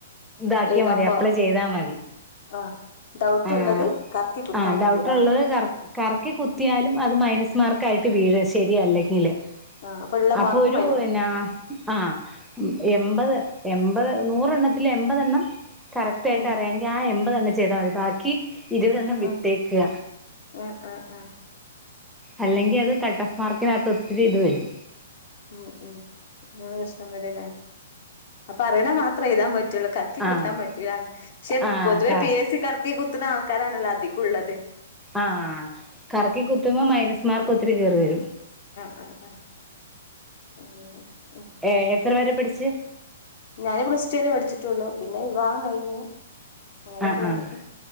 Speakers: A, in the centre; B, on the left.
A: ഇതാക്കിയാ
B: എഴുതാൻ
A: മതി
B: പോ
A: അപ്ലൈ ചെയ്താമതി
B: ആ ഡൗട്ട്
A: ആഹ്
B: ഉള്ളത് കറക്കി കുത്താൻ
A: ആഹ്
B: പറ്റൂലാന്ന്
A: ഡൗട്ട് ഉള്ളത് കറ കറക്കി കുത്തിയാലും അത് മൈനസ് മാർക്ക് ആയിട്ട് വീഴും ശരിയല്ലെങ്കില്
B: ആഹ് അപ്പ ഇള്ളമാർക്കും
A: അപ്പൊ ഒരു എന്നാ ആഹ് എൺപത് എൺപത് നൂറെണ്ണത്തിൽ എൺപത് എണ്ണം കറക്റ്റ് ആയിട്ട്
B: ഉം
A: അറിയാങ്കിൽ ആ എൺപതെണ്ണം ചെയ്താൽ മതി ബാക്കി ഇരുപതെണ്ണം വിട്ടേക്ക
B: ഉം ആഹ് ആഹ് ആഹ
A: അല്ലെങ്കിൽ അത് കട്ടോഫ് മാർക്കിനത്ത് ഒത്തിരി ഇത് വരും
B: ഉം ഉം അങ്ങനെ പ്രശ്നം വരുംല്ലേ അപ്പൊ അറിയ്ണ മാത്രം എഴുതാൻ പറ്റൂ റ്റുള്ളു കർക്കി കുത്താൻ
A: ആഹ്
B: പറ്റൂലാന്ന് പക്ഷേ
A: ആഹ്
B: പൊതുവെ
A: ക
B: പി എസ് സി ക്കാർക്ക് കറക്കി കുത്ത്ണ ആൾക്കാരാണല്ലോ അധികും ഇള്ളത്
A: ആഹ് കറക്കി കുത്തുമ്പോ മൈനസ് മാർക്ക് ഒത്തിരി കേറി വരും
B: ആ ആ ഓഹോ ഓ
A: ഏഹ് എത്ര വരെ പഠിച്ച്
B: ഞാന് പ്ലസ് ടുവരേ പഠിച്ചിട്ടുള്ളു പിന്നെ വിവാഹം കഴിഞ്ഞു അങ്ങനെ
A: ആഹ്
B: പോന്നു
A: ആഹ്